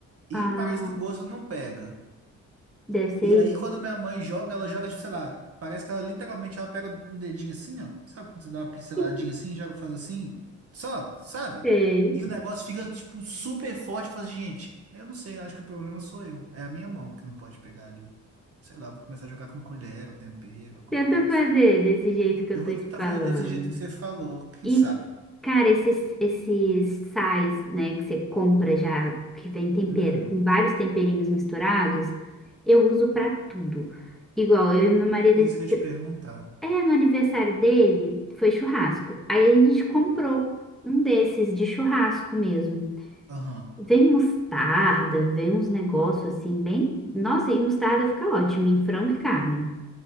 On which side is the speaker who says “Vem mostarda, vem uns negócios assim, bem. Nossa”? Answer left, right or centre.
Centre